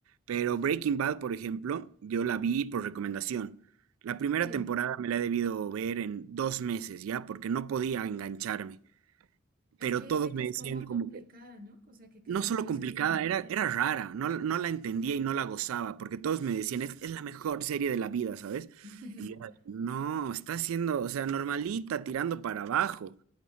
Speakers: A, on the right; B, on the right.
A: Pero Breaking Bad, por ejemplo, yo la vi por recomendación. La primera
B: Sí.
A: temporada me la he debido ver en dos meses ya, porque no podía engancharme.
B: Es
A: Pero
B: que
A: todos
B: dicen que
A: me
B: es
A: decían
B: como complicada,
A: como que,
B: ¿no? O sea, que, que
A: no
B: casi
A: solo
B: no
A: complicada,
B: se entiende.
A: era, era rara, no, no la entendía y no la gozaba, porque todos me decían, es, es la mejor serie de la vida, ¿sabes?
B: <laughs>
A: Y yo, no, está siendo, o sea, normalita, tirando para abajo.